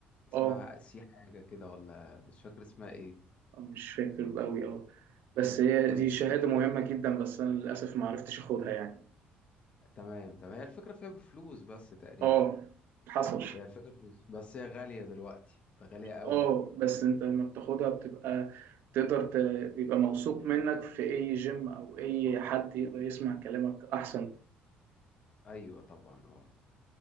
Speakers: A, on the left; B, on the right.
A: اسمها
B: اه
A: سي حاجة كده ولا مش فاكر اسمها ايه
B: مش فاكر قوي اه بس هي
A: طيب
B: دي شهادة مهمة جدا بس أنا للأسف ما عرفتش أخدها يعني
A: تمام تمام هي الفكرة فيها بفلوس بس تقريبا
B: اه حصل
A: هي الفكرة فلوس بس هي غالية دلوقتي ده غالية قوي
B: اه بس أنت لما بتاخدها بتبقى تقدر ت... بيبقى موثوق منك في أي جيم أو أي حد يقدر يسمع كلامك أحسن
A: أيوة طبعا اه